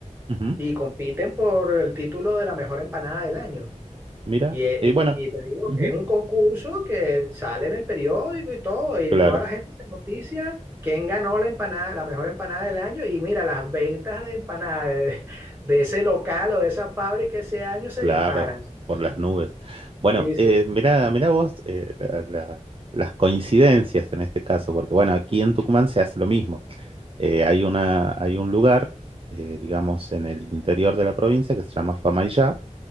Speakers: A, on the right; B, on the right.
A: ujú,
B: y compiten por el título de la mejor empanada del año.
A: Mira,
B: Y, e-
A: y
B: y,
A: bueno,
B: te y te digo,
A: ujú,
B: es un concurso que sale en el periódico y todo, y
A: claro.
B: toda la gente se noticia quién ganó la empanada, la mejor empanada del año. Y mira, las ventas de empanadas de, <laughs> de ese local o de esa fábrica ese año se
A: Claro,
B: disparan.
A: por las nubes. Bueno,
B: Sí, sí,
A: eh,
B: sí.
A: mirá, mirá vos eh, la- la- las coincidencias en este caso, porque bueno, aquí en Tucumán se hace lo mismo. Eh, hay una, hay un lugar, eh, digamos, en el interior de la provincia que se llama Famaillá,